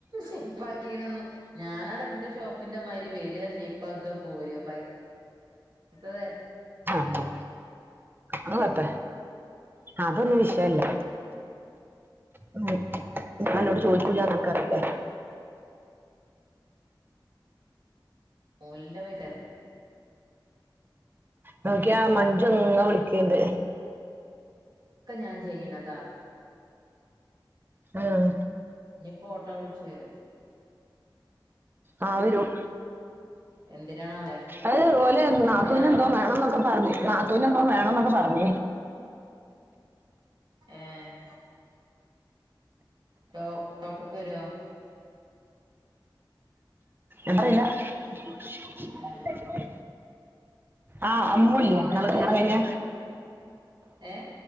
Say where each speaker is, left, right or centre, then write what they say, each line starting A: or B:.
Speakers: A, on the right; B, on the right.
A: ഷേപ്പാക്കിനൊന്നും ഞാനടെ എന്റെ ഷോപ്പിന്റെ മാതിരി വരിക ഷേ <unintelligible> പോര്ക പൈസ ത
B: ആഹ് അങ്ങത്തെ അതൊന്നും വിഷയല്ല <unintelligible> ചോദി <unintelligible> നടക്കാറില്ലേ
A: <unintelligible> പൈസ തരെ
B: നോക്കിയാ മഞ്ചു ഇങ്ങനെ വിളിക്കണുണ്ട്
A: ഒക്കെ ഞാന് ചെയ്യണതാ
B: ആഹ്
A: ഇനിയിപ്പൊ ഓട്ടോ വിളിച്ചു വരും
B: ആ വരും
A: എന്തിനാണാവോ
B: അത് ഓലെ നാത്തൂന്
A: എന്തിനാവോ
B: എന്തോ വേണം എന്നൊക്കെ പറഞ്ഞു നാത്തൂവിന് എന്തോ വേണംന്നൊക്കെ പറഞ്ഞു
A: ഏഹ് ടൊ ടോപ്പ്ക്ക് വരുവോ
B: എന്താ ഇല്ല <unintelligible> ഉ
A: ഏഹ്
B: ആഹ് അമ്മൂല്ലേ
A: ഇന്നും ഇഞ്ഞി ഇന്നലത്തെ
B: ഇന്നാള് കല്യാണം
A: മാതിരിയാണാവോ
B: കഴിഞ്ഞ
A: ഏഹ്